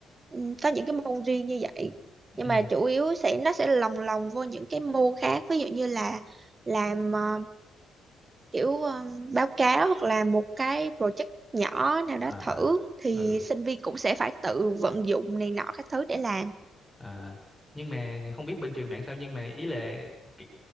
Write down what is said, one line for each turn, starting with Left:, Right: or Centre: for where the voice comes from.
Right: ừ, có những cái môn riêng như vậy
Centre: ừ
Right: nhưng mà chủ yếu sẽ nó sẽ lồng lồng vô những cái môn khác ví dụ như là làm ờ, kiểu um, báo cáo hoặc là một cái project nhỏ nào đó
Centre: à,
Right: thử thì
Centre: à, ừ
Right: sinh viên cũng sẽ phải tự vận dụng này nọ các thứ để làm
Centre: à. nhưng mà không biết bên trường bạn sao nhưng mà ý là c-